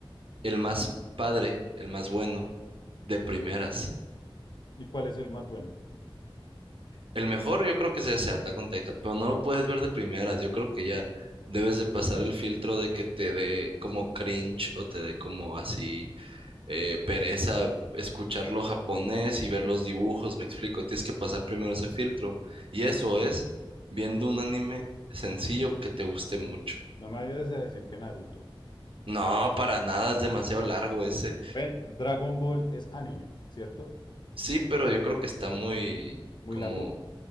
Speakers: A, on the right; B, on the left.
A: el más padre, el más bueno de primeras.
B: ¿Y cuál es el más bueno?
A: El mejor yo creo que es ese Attack on Titan, pero no lo puedes ver de primeras. Yo creo que ya debes de pasar el filtro de que te dé como cringe o te dé como así eh, pereza escucharlo japonés y ver los dibujos, me explico. Tienes que pasar primero ese filtro. Y eso es viendo un anime sencillo que te guste mucho.
B: No me vayas a decir que Naruto.
A: No, para nada, es demasiado largo ese.
B: Ven, Dragon Ball es anime, ¿cierto?
A: Sí, pero yo creo que está muy
B: Muy
A: como
B: largo.